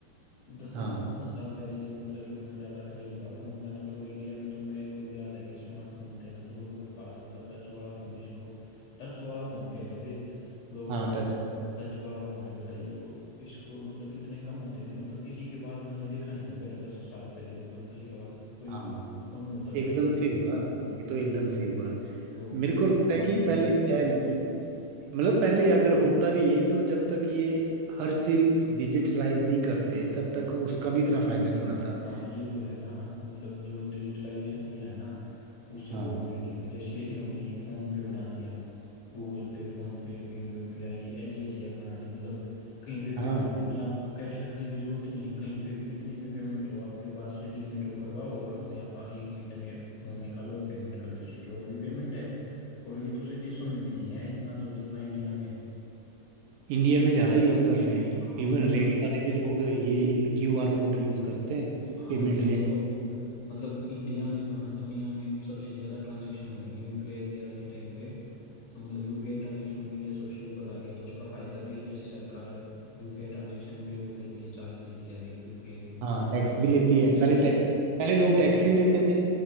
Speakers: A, on the left; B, on the right.
A: दस
B: हाँ
A: दस साल पहले से मतलब इतना ज्यादा क्रेज हुआ है फोन का ना तो इंडिया में तो मेरे को भी याद है कि स्मार्टफोन थे ना जो लोगों के पास मतलब टच वाला फोन जिसको टच वाला फोन कहते थे लोग
B: हाँ टच
A: टच वाला फोन है बोला ये तो इसको मतलब इतने कम होते थे मतलब किसी के पास मैंने देखा नहीं था पहले दस साल पहले तो मतलब किसी के पास कोई
B: हाँ
A: कम ही होता
B: एकदम
A: था किसी
B: से
A: के
B: हुआ
A: पास
B: ये तो एकदम से हुआ
A: तो
B: मेरे को लगता
A: गाँव
B: है कि
A: में भी
B: पहले
A: अब
B: था नहीं मतलब पहले अगर होता भी ये तो जब तक ये हर चीज डिजिटलाइज नहीं करते तब तक उसका भी इतना फायदा नहीं होना था
A: हाँ ये तो है ना मतलब जो डिजिटलाइजेशन किया है ना उससे
B: हाँ
A: बहुत फायदे हुए जैसे इन्होंने ये फोन पे बना दिया गूगल पे फोन पे भीम यूपीआई ऐसी ऐसी ऐप बना दी मतलब कहीं पे
B: हाँ
A: पेमेंट करनी है आपको कैश रखने की जरूरत ही नहीं है कहीं पे भी कितनी भी पेमेंट हो आपके पास लिमिट हो करवाओ और अपने आप एक मिनट में फोन निकालो और पेमेंट कर दो सिक्योर भी पेमेंट है और ये दूसरे देशों में भी नहीं है इतना तो जितना इंडिया में है
B: इंडिया में ज़्यादा यूज़ कर रहे हैं
A: हाँ
B: इवन
A: तो मतलब
B: रेडी वाले भी लोग ये क्यूआर कोड यूज़ करते हैं
A: हाँ
B: पेमेंट
A: ये
B: लेने
A: तो मतलब इंडिया में तो है ना दुनिया में सबसे ज़्यादा ट्रांजैक्शन हो रही है यूपीआई की आज के टाइम पे तो मतलब यूपीआई ट्रांजैक्शन में इंडिया सबसे ऊपर आ गया तो उसका फ़ायदा भी है जैसे सरकार अब यूपीआई ट्रांजैक्शन पे वो लेती है चार्ज लेती है हर एक यूपीआई पे
B: हाँ टैक्स भी
A: तो
B: लेती
A: सोच
B: है
A: के
B: पहले
A: देखो
B: टैक्स पहले लोग टैक्स
A: हाँ
B: ही नहीं देते थे